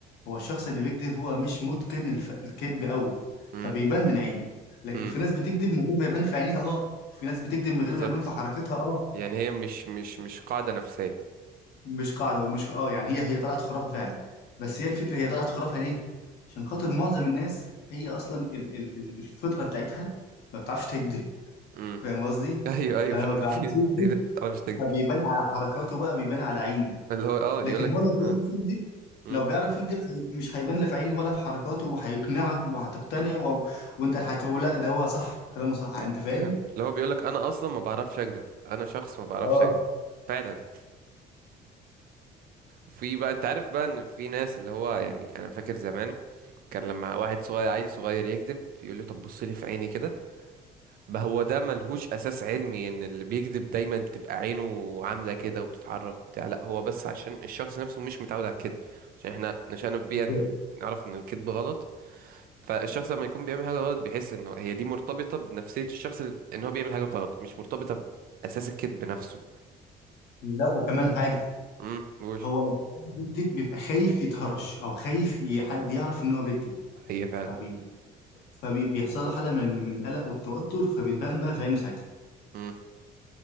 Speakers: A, on the left; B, on the right.
A: هو الشخص اللي بيكذب هو مش متقن الف... الكذب قوي
B: مم.
A: فبيبان من عينه لكن
B: مم.
A: في ناس بتكذب من غير ما يبان في عينيها اه في ناس بتكذب من
B: بالظبط
A: غير ما يبان في حركتها اه
B: يعني هي مش مش مش قاعدة نفسية
A: مش قاعده ومش اه يعني هي هي طلعت خرافه فعلا بس هي الفكره هي طلعت خرافه ليه عشان خاطر معظم الناس هي اصلا ال... ال... ال- الفطره بتاعتها ما بتعرفش تكذب
B: امم
A: فاهم قصدي
B: <laughs> ايوه ايوه
A: فلما
B: فعلا
A: بيعرفش
B: <laughs> في ناس
A: يكذب
B: كتير انا مش تكذب
A: فبيبان على حركاته بقى بيبان على عينه
B: اللي هو اه
A: لكن
B: يقول لك
A: هو لو بيعرف
B: اه
A: يكذب
B: امم
A: لو بيعرف يكذب هي- مش هيبان لا في عينه ولا في حركاته وهيقنعك وهتقتنع و... وانت هتقول لا ده هو صح كلامه صح انت فاهم
B: <laughs> اللي هو بيقول لك انا اصلا ما بعرفش اكذب انا شخص ما بعرفش
A: اه
B: اكذب فعلا في بقى انت عارف بقى ان في ناس اللي هو يعني انا فاكر زمان كان لما واحد صغير عيل صغير يكذب يقول لي طب بص لي في عيني كده ما هو ده ملهوش اساس علمي ان اللي بيكذب دايما بتبقى عينه عامله كده وبتتحرك وبتاع لا هو بس عشان الشخص نفسه مش متعود على الكذب عشان احنا نشأنا في بيئه
A: بالظبط
B: إن- نعرف ان الكذب غلط فالشخص لما يكون بيعمل حاجه غلط بيحس ان هي دي مرتبطه بنفسيه الشخص ال- ان هو بيعمل حاجه غلط مش مرتبطه باساس الكذب نفسه
A: لا وكمان حاجه
B: امم قول
A: هو لما حد بيكذب بيبقى خايف يتهرش او خايف ي- حد يعرف ان هو بيكذب
B: هي فعلا
A: فبي فبيحصل له حاله من ال- من القلق والتوتر فبتبان بقى في عينه ساعتها
B: امم